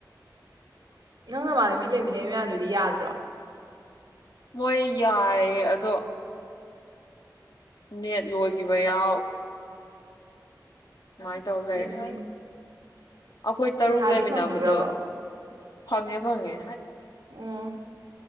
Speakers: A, on the right (about 80°); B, on the left (about 70°).
A: ꯅꯪ ꯅꯃꯥꯟꯅ ꯕꯤ ꯂꯩꯃꯤꯟꯅꯩ ꯃꯌꯥꯝꯗꯨꯗꯤ ꯌꯥꯗ꯭ꯔꯣ
B: ꯃꯣꯏ ꯌꯥꯏꯌꯦ ꯑꯗꯣ ꯅꯦꯠ ꯂꯣꯏꯈꯤꯕ ꯌꯥꯎ ꯑꯗꯨꯃꯥꯢ ꯇꯧ ꯂꯩꯔꯦ
A: ꯎꯝ
B: ꯑꯩꯈꯣꯏ ꯇꯔꯨꯛ
A: ꯄꯩꯁꯥꯗꯤ
B: ꯂꯩꯃꯤꯟꯅꯕꯗꯣ
A: ꯐꯪꯅꯈ꯭ꯔꯕꯣ
B: ꯐꯪꯉꯦ ꯐꯪꯉꯦ
A: ꯎꯝ